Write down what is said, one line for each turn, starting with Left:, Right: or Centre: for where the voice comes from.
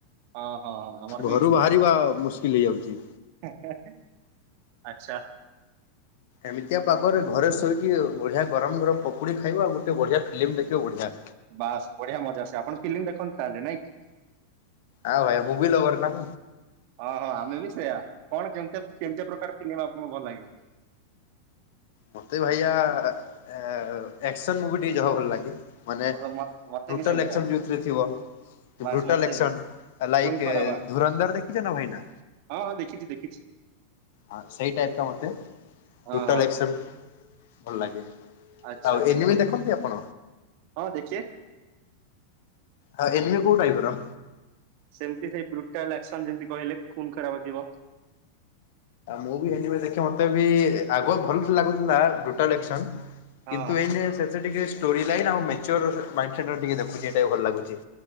Right: ହଁ ହଁ ହଁ ଆମର
Left: ଘରୁ ବାହାରିବା ମୁସ୍କିଲ୍ ହେଇଯାଉଛି।
Right: ହେଁ ହେଁ ଆଚ୍ଛା।
Left: ଏମିତିଆ ପାଗରେ ଘରେ ଶୋଇକି ବଢିଆ ଗରମ ଗରମ ପକୁଡ଼ି ଖାଇବ। ଆଉ ଗୋଟେ ବଢିଆ ଫିଲ୍ମ ଦେଖିବ ବଢ଼ିଆ।
Right: ବାସ୍ ବଢିଆ ମଜା ସେ। ଆପଣ ଫିଲ୍ମ ଦେଖନ୍ତି ତାହେଲେ ନାଇଁ କି?
Left: ଆଉ ଭାଆ <unintelligible> ନା?
Right: ହଁ ହଁ ଆମେ ବି ସେୟା। କଣ କେମିତି କେମିତିଆ ପ୍ରକାର ଫିଲିମ ଆପଣଙ୍କୁ ଭଲ ଲାଗେ?
Left: ମତେ ଭାୟା ଏ ଏକ୍ ଏକ୍ସନ୍‌ ମୁଭି ଟିକେ ଯହା ହେଉ ଭଲ ଲାଗେ। ମାନେ
Right: ଓହୋ ମତ ମତେ
Left: ଟୋଟାଲ୍
Right: ବି ସେମିତିଆ।
Left: ଏକ୍ସନ୍‌ ଯେଉଁଥିରେ ଥିବ।
Right: ବାସ୍
Left: ଭୃଟାଲ୍
Right: ମତେ
Left: ଏକ୍ସନ୍‌
Right: ବି
Left: ଆଇ ଲାଇକ୍
Right: ଖୁନ ଖରାବା
Left: ଧୁରନ୍ଧର୍ ଦେଖିଛ ନା ଭାଇନା।?
Right: ହଁ ହଁ ଦେଖିଛି ଦେଖିଛି।
Left: ହଁ ସେଇ ଟାଇପ୍ ର ମୋତେ
Right: ହଁ
Left: ବୄଟାଲ
Right: ହଁ
Left: ଏକ୍ସନ୍‌। ଭଲ ଲାଗେ।
Right: ଆଚ୍ଛା
Left: ଆଉ
Right: ଆଚ୍ଛା
Left: ଏନିମେ ଦେଖନ୍ତି ଆପଣ
Right: ହଁ ଦେଖିଆ
Left: ହଁ ଏନିମେ କୋଉ ଟାଇପ ର?
Right: ସେମିତି ସେଇ ବୄଟାଲ୍ ଏକ୍ସନ୍ ଯେମିତି କହିଲେ ଖୁନ ଖରାପ ଥିବ।
Left: ଆଉ ମୁଁ ବି ଏନିମେ ଦେଖେ ମତେ ବି ଆଗ ଭଲ ଲାଗୁଥିଲା ବୄଟାଲ୍ ଏକ୍ସନ୍।
Right: ହଁ।
Left: କିନ୍ତୁ ଏଇନେ ସେତେଟିକେ ଷ୍ଟୋରି ଲାଇନ୍ ଆଉ ମ୍ୟାଚୁର୍ ମାଇଣ୍ଡ ସେଟ୍ ର ଦେଖୁଚେ ଭଲ ଲାଗୁଛି।